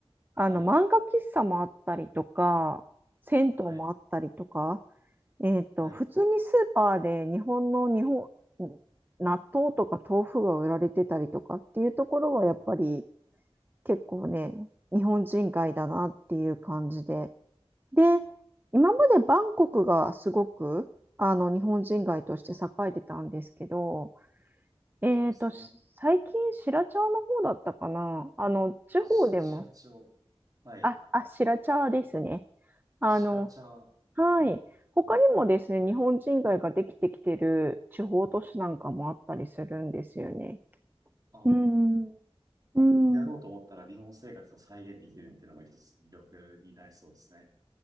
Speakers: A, on the right; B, on the right.
A: はい、
B: あの、漫画喫茶もあったりとか、銭湯もあったりとか、
A: はい、
B: えっと、
A: はい。
B: 普通にスーパーで日本の日本、納豆とか豆腐が売られてたりとかっていうところはやっぱり
A: うん、
B: 結構ね、日本人街だなっていう感じで。で、今までバンコクがすごくあの日本人街として栄えてたんですけど、えっと、
A: そうですね。
B: し最近白茶の方だったかな。あの、地方でも、
A: し、白茶を。はい。
B: あ、あ、白茶ですね。あの、
A: 白茶。あ
B: はい。他にもですね、日本人街ができてきてる地方都市なんかもあったりするんですよね。
A: あ。
B: うん、
A: まあ、
B: うん。
A: やろうと思ったら日本生活を再現できるっていうのが一つ魅力になりそうですね。